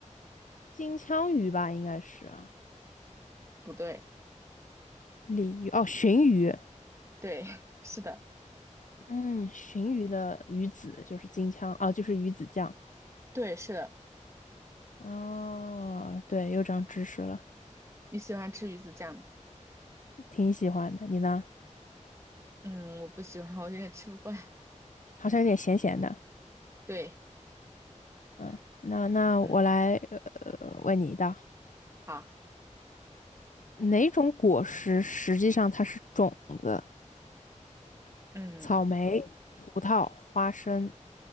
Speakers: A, on the left; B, on the right.
A: 金枪鱼吧，应该是啊。
B: 不对，
A: 鲤鱼哦，鲟鱼。
B: 对，<laughs> 是的，
A: 嗯，鲟鱼的鱼子就是金枪，哦，就是鱼子酱。
B: 对，是的。
A: 哦，对，又长知识了，
B: 你喜欢吃鱼子酱吗？
A: 挺喜欢的。你呢？
B: 嗯，我不喜欢，我有点吃不惯。
A: 好像有点咸咸的。
B: 对，
A: 嗯，那那我来呃问你一道，
B: 嗯，好，
A: 哪种果实实际上它是种子？
B: 嗯，
A: 草莓、葡萄、花生。